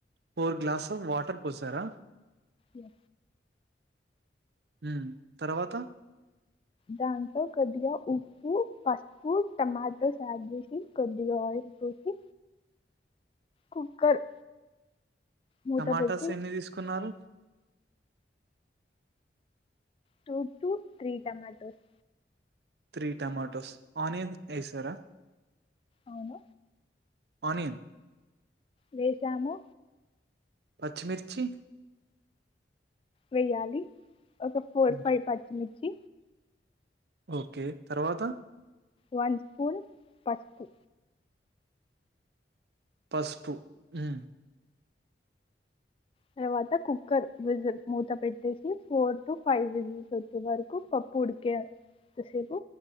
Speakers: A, on the right; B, on the left.
A: ఫోర్ గ్లాస్ ఆఫ్ వాటర్ పోసారా.
B: యా
A: హ్ తర్వాత
B: దాంట్లో కొద్దిగా ఉప్పు, పసుపు, టమాటోస్ ఆడ్ చేశి కొద్దిగా ఆయిల్ పోసి కుక్కర్ మూత
A: టమాటాస్
B: పెట్టి
A: ఎన్ని తీసుకున్నారు.
B: Two two three tomatoes.
A: Three tomatoes. Onion ఎసార?
B: అవును.
A: అనియన్
B: వేసాము.
A: పచ్చిమిర్చి
B: వెయ్యాలి. ఒక ఫోర్
A: మ్మ్.
B: ఫైవ్ పచ్చిమిర్చి
A: ఓకే తర్వాత
B: వన్ స్పూన్ పసుపు.
A: పసుపు హ్
B: తర్వాత కుక్కర్ విజిల్ మూత పెట్టేసి ఫోర్ టు ఫైవ్ విజిల్స్ వచ్చే వరకు పప్పు ఉడికేంతసేపు